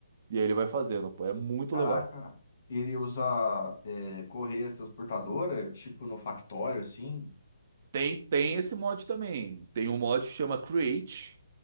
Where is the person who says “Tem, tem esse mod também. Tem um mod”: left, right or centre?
Right